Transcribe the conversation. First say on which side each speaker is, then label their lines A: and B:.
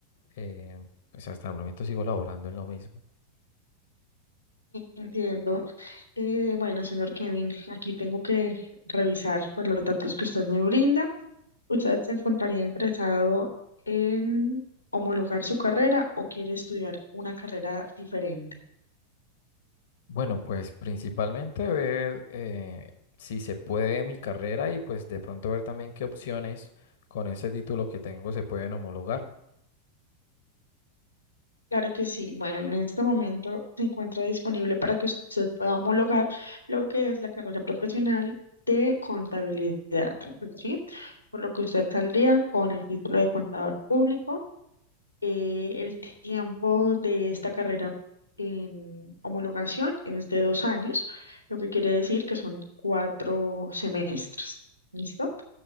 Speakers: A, on the left; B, on the left.
A: eh, pues hasta el momento sigo laborando en lo mismo.
B: Entiendo. Eh, bueno, señor Kevin, aquí tengo que revisar pues, los datos que usted me brinda. ¿Usted se encontraría interesado en homologar su carrera o quiere estudiar una carrera diferente?
A: Bueno, pues principalmente ver eh, si se puede mi carrera y pues de pronto ver también qué opciones con ese título que tengo se pueden homologar.
B: Claro que sí. Bueno, en este momento se encuentra disponible para que usted pueda homologar lo que es la carrera profesional de contabilidad, ¿sí? Por lo que usted saldría con el título de contador público. Eh, el tiempo de esta carrera en homologación es de dos años, lo que quiere decir que son cuatro semestres. ¿Listo?